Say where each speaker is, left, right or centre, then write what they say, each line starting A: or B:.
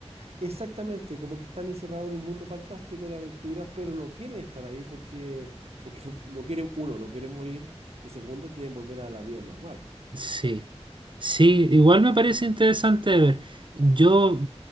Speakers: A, on the right (about 65°); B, on the right (about 45°).
A: Exactamente, como que están encerrados en un mundo fantástico de aventuras, pero no quieren estar ahí porque, porque no, no quieren, uno, no quieren morir y segundo, quieren volver a la vida normal.
B: Sí, sí, igual me parece interesante de ver. Yo,